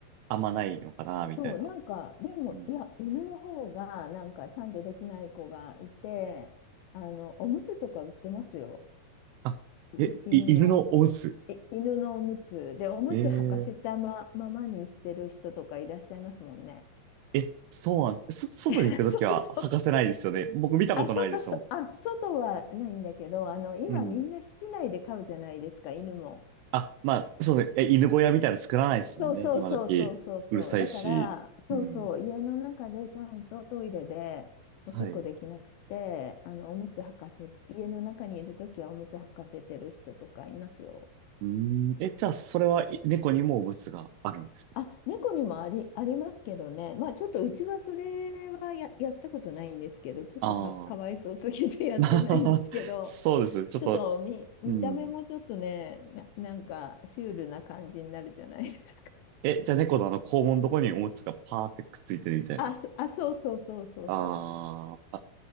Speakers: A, on the right (about 85°); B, on the left (about 80°).
A: あんまないのかな、
B: そう、
A: みたいな。
B: なんか、でも、
A: うん。
B: いや、犬の方が、なんか、ちゃんとできない子がいて、あの、おむつとか売ってますよ。
A: あ、
B: い犬の、
A: え、い犬のお鬱。
B: い犬のおむつで、おむつ履かせたま、
A: ええ
B: ままにしてる人とかいらっしゃいますもんね。
A: え、そうなんです。そ、
B: <laughs>
A: 外に行くときは履かせないですよね。
B: そうそう。
A: 僕見たことないですも
B: あ、外、そあ、外はないんだけど、あの、今みんな室内で飼うじゃないですか、
A: ん。うん。
B: 犬も。
A: あ、まあ、そうですね。え、犬小屋みたいなの作らないですもんね、
B: そうそうそうそうそうそう。
A: 今時。うるさいし。
B: だから、そうそう、
A: うん。
B: 家の中でちゃんとトイレでおしっこできなくて、
A: はい。
B: あの、おむつ履かせ、家の中にいるときはおむつ履かせてる人とかいますよ。
A: うん。え、じゃあ、それは、い猫にもおむつがあるんですか
B: あ、猫にもあり、ありますけどね。まあちょっとうちはそれはや、やったことないんですけど、ちょっとか、
A: ああー。
B: かわいそうすぎて <laughs> やってないんですけど、
A: <laughs> まあ、<laughs> そうです。ちょっと、
B: ちょっと見、見た目もちょっとね、
A: うん。
B: な、なんかシュールな感じになるじゃないですか。
A: え、じゃあ猫のあの肛門のとこにおむつがパーってくっついてるみたいな。
B: <laughs> あ、そ、あ、そうそうそうそうそうそ
A: あーあ、